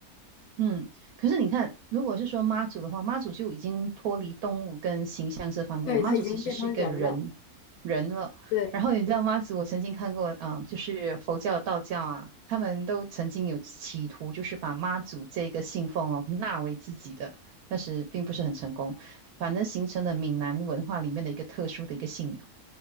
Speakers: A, on the right; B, on the left.
A: 嗯，可是你看，如果是说妈祖的话，妈祖就已经脱离动物跟形象这方面，
B: 对，
A: 妈祖其实是一个人人了。
B: 他已经变成人了。对。
A: 然后你知道妈祖，我曾经看过，嗯、就是佛教、道教啊，他们都曾经有企图，就是把妈祖这个信奉哦纳为自己的，但是并不是很成功，反而形成了闽南文化里面的一个特殊的一个信仰，